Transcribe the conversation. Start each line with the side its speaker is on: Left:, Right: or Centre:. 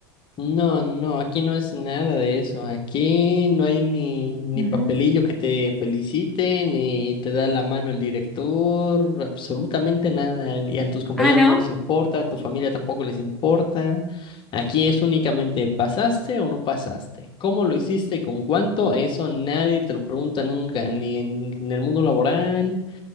Left: No, no, aquí no es nada de eso. Aquí no hay ni, ni
Centre: Ujú.
Left: papelillo que te felicite, ni te da la mano el director, absolutamente nada. Y a tus compañeros
Centre: Ah, ¿no?
Left: no les importa, a tu familia tampoco les importa. Aquí es únicamente pasaste o no pasaste. ¿Cómo lo hiciste y con cuánto? Eso nadie te lo pregunta nunca, ni en, en el mundo laboral.